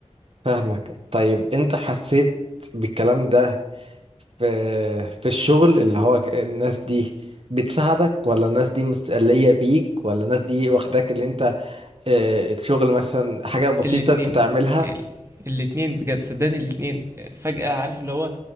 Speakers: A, on the right (about 50°); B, on the right (about 25°).
A: فاهمك طيب انت حسيت بالكلام ده في في الشغل اللي هو ك- الناس دي بتساعدك ولا الناس دي مستقلية بيك ولا الناس دي واخداك اللي انت آه، الشغل مثلا حاجة بسيطة
B: الاتنين
A: انت تعملها
B: ال... الاتنين بجد صدقني الاتنين فجأة عارف اللي هو